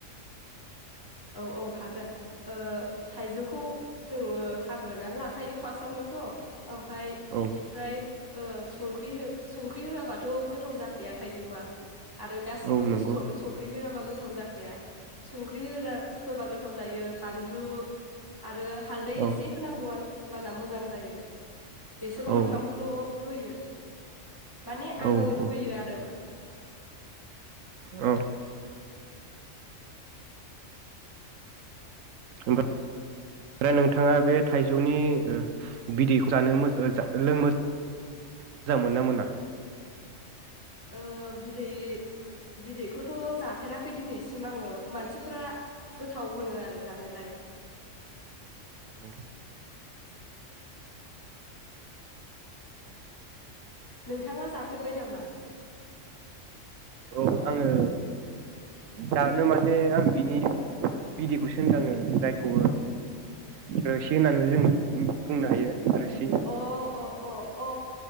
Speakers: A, on the left; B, on the right.
A: औ औ हागोन ओ थाइजौखौ जोङो हाग्रोनानै लाखायो फार्स्टआवनोथ' ओमफाय
B: औ
A: बिनिफ्राय ओ संख्रि संख्रि होआबाथ' गोथाव जाखाया थाइजौआ आरो गासिबो
B: औ
A: बुस्थुआवनो
B: नंगौ
A: संख्रि होआबा गो गोथाव जाखाया संख्रि होना होबा गोथाव जायो बानलु आरो हालदै
B: औ
A: एसे होनांगौ आरो होमबाना मोजां जायो बिसोर मोनथामखौल'
B: औ
A: होयो माने
B: औ
A: आङो
B: औ
A: होयो आरो
B: औ ओमफाय ओमफ्राय नोंथाङा बे थाइजौनि ओ बिदैखौ जानो लों मोजां मोन ना मोना
A: ओ बिदै बिदैखौथ' जाफेराखै दिनैसिम सिम आङो मानसिफोरा गोथाव होनो आरो जानोलाय
B: औ
A: नोंथाङा जाफेरबाय नामा?
B: औ आङो जानो माने आं बिनि बिदैखौसो होनदों आङो जायखौ रोसि होननानैबो जों बुंनो हायो रोसि
A: अ अ अ अ